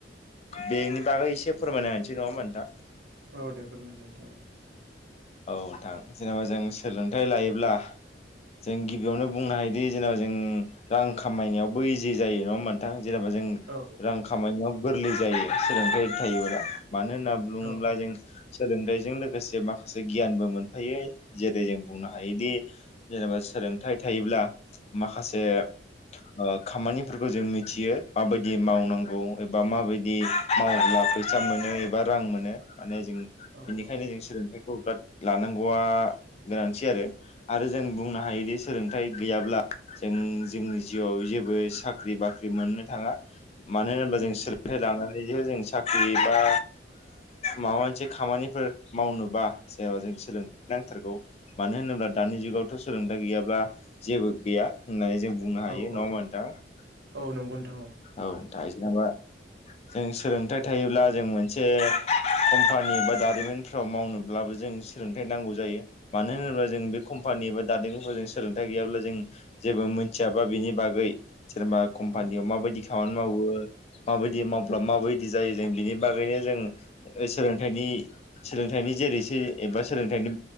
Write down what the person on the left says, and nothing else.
बेनि बागै एसे फोरमायना होनोसै नङा होमबा नोंथां
औ नोंथां जेनेबा जों सोलोंथाइ लायोब्ला जों गिबियावनो बुंनो हायोदि जेनबा जों रां खामायनायावबो इजि जायो नङा होमबा नों थां जेनेबा जों
रां खामायनायाव गोरलै जायो सोलोंथाइ थायोब्ला मानो होनना बु बुङोब्ला
जों सोलोंथाइजों लोगोसे मा माखासे गियानबो मोनफायो जेरै जों बुंनो हायोदि जेनेबा सोलोंथाइ थायोब्ला माखासे ओ खामानिफोरखौ जों मिथियो माबायदि मावनांगौ एबा माबायदि मावोब्ला फैसा मोनो एबा रां मोनो माने जों
बेनिखायनो
जों सोलोंथाइ लानांगौआ गोनांथि आरो आरो जों बुंनो हायोदि सोलोंथाइ गैयाब्ला जों जोंनि जिउआव जेबो साख्रि बाख्रि मोननो थाङा मानो होनोब्ला
जों थाइ लानानैसो जों साख्रि बा माबा मोनसे खामानिफोर मावनोबा जेनबा जों सोलों नांथारगौ। मानो होनोब्ला दानि जुगावथ' सोलोंथाइ गैयाब्ला जेबो गैया होननानै जों बुंनो हायो
नङा
होमबा नोंथां?
औ नोंथां जेनेबा जों सोलोंथाइ थायोब्ला जों मोनसे कम्पानि बा दारिमिनफ्राव मावनोब्लाबो जोंनो सोलोंथाइ नांगौ जायो। मानो होनोब्ला जों बे कम्पानि एबा दारिमिनफोराव जों सोलोंथाइ गैयाब्ला जों जेबो मिथियाबा बिनि बागै जेनेबा कम्पानियाव
माबायदि खामानि मावो माबायदि मावब्ला माबायदि जायो जों बिनि बागैनो जों ओ सोलोंथायनि सोलोंथाइनि जेरैसो एबा सोलोंथाइनि